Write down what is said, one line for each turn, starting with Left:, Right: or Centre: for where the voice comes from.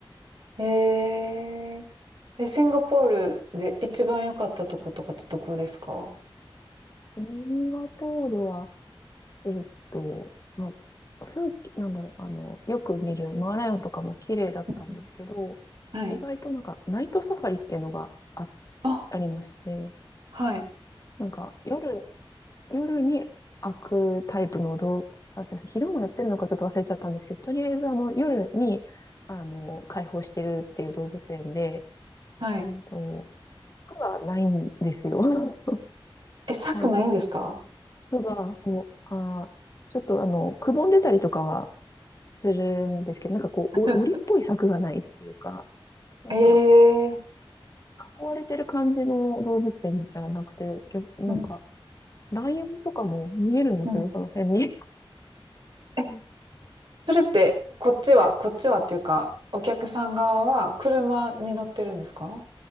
Right: ーえええ、シンガポールで一番良かったとことかってどこですか
Left: シンガポールは、えっと、まあ、風景、なんだろう、あの、よく見るマーライオンとかも綺麗だったんですけど、
Right: うんはい。
Left: 意外となんかナイトサファリっていうのがあ、
Right: あ、
Left: ありまして、
Right: はい。
Left: なんか夜、夜に開くタイプの動画、あすみません、昼もやってるのかちょっと忘れちゃったんですけど、とりあえずあの、夜に、あの、開放してるっていう動物園で、
Right: はい。
Left: うんと、柵がないんですよ。<laughs> だ
Right: え、
Left: から
Right: サくないんですか
Left: 服が、こう、あー、ちょっとあの、くぼんでたりとかはするんですけど、なんかこう、
Right: <laughs>
Left: お、檻っぽい柵がないっていうか、なんか、
Right: ええ
Left: 囲われてる感じの動物園じゃなくて、逆なんか、
Right: うん
Left: ライオンとかも見えるんですよね、
Right: うん。
Left: その辺に。<laughs>
Right: え、
Left: うん
Right: それって、こっちは、こっちはっていうか、お客さん側は車に乗ってるんですか